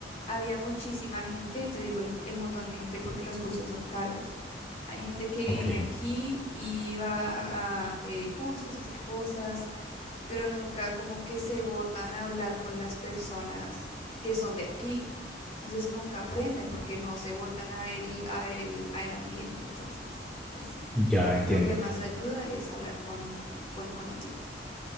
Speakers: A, on the left; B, in the centre.
A: había muchísima gente, te digo el, el montón de gente porque los cursos son caros. Hay gente que viene
B: ok,
A: aquí y va a, a, eh, cursos, hace cosas, pero nunca como que se botan a hablar con las personas que son de aquí. Entonces nunca aprenden porque no se botan a el, a el, al ambiente. Entonces, pues sí.
B: ya entiendo.
A: Lo que más ayuda es hablar con, con, con nativos.